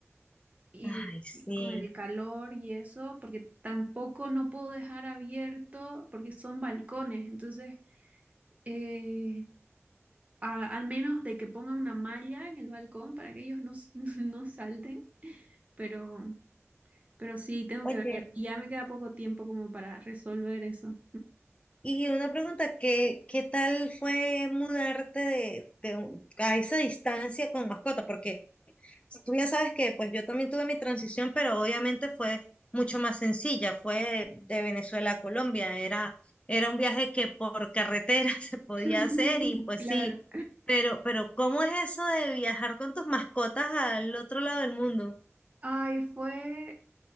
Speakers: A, on the right; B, on the left.
A: Y
B: Ay, sí.
A: con el calor y eso, porque tampoco no puedo dejar abierto, porque son balcones. Entonces, eh, a- al menos de que pongan una malla en el balcón para que ellos no, s- <laughs> no salten, pero, pero sí, tengo
B: Oye,
A: que ver. Y ya me queda poco tiempo como para resolver eso.
B: y una pregunta, ¿qué, qué tal fue mudarte de, de un- a esa distancia con mascota? Porque tú bien sabes que pues yo también tuve mi transición, pero obviamente fue mucho más sencilla, fue de Venezuela a Colombia, era, era un viaje que por carretera <laughs> se podía
A: <laughs>
B: hacer y pues
A: Claro.
B: sí, pero, pero ¿cómo es eso de viajar con tus mascotas al otro lado del mundo?
A: Ay, fue,